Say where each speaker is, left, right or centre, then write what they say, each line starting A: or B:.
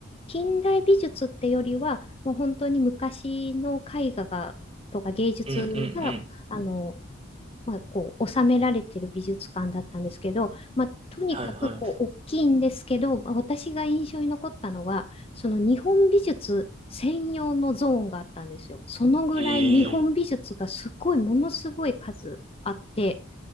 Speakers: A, on the left (about 30°); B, on the right (about 30°).
A: 近代美術ってよりは、もう本当に昔の絵画が、とか芸術が、
B: うんうん
A: あの、まあ、こう収められてる美術館だったんですけど、まあ、とにかくこう大きいんですけど、
B: はいは
A: まあ私が印象に残ったのはその日本美術専用のゾーンがあったんですよ。そのぐらい日本美術がすごいものすごい数あって
B: い。ええ、